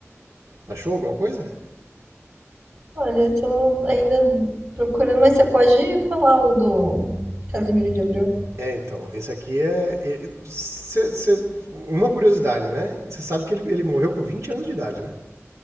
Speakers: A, on the right (about 85°); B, on the right (about 50°).
A: Achou alguma coisa?
B: Olha, eu tô ainda procurando, mas você pode falar o do Casimiro de Abreu?
A: É, então, esse aqui é. e- cê- cê- uma curiosidade, né? Você sabe que ele, ele morreu com 20 anos de idade, né?